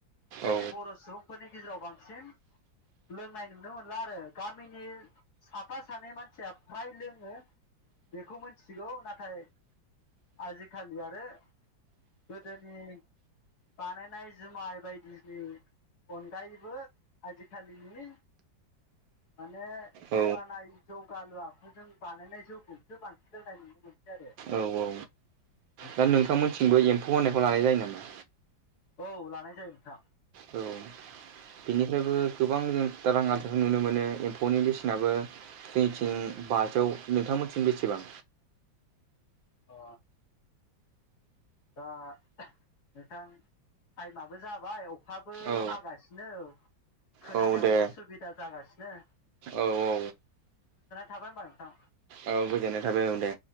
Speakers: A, on the left; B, on the right.
A: जोंनि
B: औ
A: बर' सुबुंफोरनि गेजेराव बांसिन सेम लोंनाय नुनो मोनला आरो गामिनि साफा सानै मानसिया फ्राय लोङो बेखौ मिथिगौ नाथा आजि खालि आरो गोदोनि बानायनाय जुमाय बायदिनि अनगायैबो आजिखालिनि माने जौगानाय
B: औ
A: जौगालु आखुजों बानायनाय जौखौसो बांसिन लोंनाय नुनो मोनसै आरो
B: औ औ
A: बिदि
B: दा नोंथांमोनथिंबो एम्फौ होननायखौ लानाय जायो नामा
A: औ लानाय जायो नोंथां
B: औ बेनिफ्रायबो गोबां जों रां आदारखौ नुनो मोनो एम्फौनि बेसेनाबो जोंनिथिं बाजौ नोंथांमोननिथिं बेसेबां
A: अ दा नोंथां टाइमाबो जाबाय अखाबो
B: औ
A: हागासिनो खोनानायावबो
B: औ दे
A: उसुबिदा जागासिनो ने
B: औ औ
A: थाबाय होनबा नोंथां
B: औ गोजोननाय थाबाय औ दे